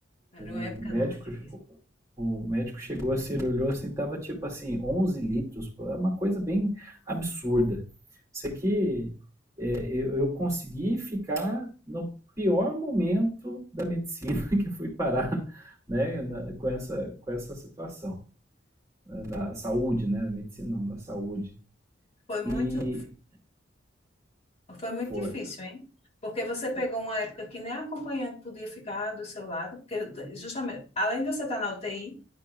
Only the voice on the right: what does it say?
O
médico,
o médico chegou assim, ele olhou assim, tava tipo assim, 11 litros, pô, é uma coisa bem absurda. Sei que é, eu, eu consegui ficar no pior momento da medicina <laughs> que fui parar, né, na- com essa, com essa situação, né, da saúde, né, da medicina não, da saúde.
E
foi,
foi